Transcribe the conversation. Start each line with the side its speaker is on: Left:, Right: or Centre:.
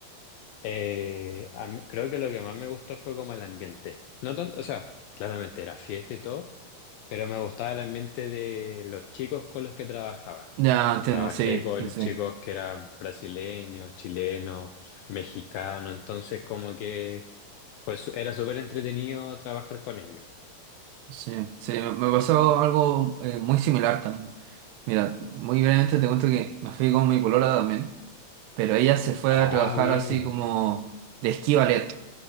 Left: Eh, a mí- creo que lo que más me gustó fue como el ambiente. No tanto, o sea, claramente era fiesta y todo, pero me gustaba el ambiente de los chicos con los que trabajaba.
Right: Ya, entiendo,
Left: Trabajé
Right: sí,
Left: con
Right: sí, sí.
Left: chicos que eran brasileños, chilenos, mexicanos, entonces como que pues era súper entretenido trabajar con ellos.
Right: Sí, sí, me me pasó algo eh, muy similar también. Mira, muy brevemente te cuento que me fui con mi polola también, pero ella se fue
Left: Ah,
Right: a trabajar
Left: bueno.
Right: así como de esquí ballet.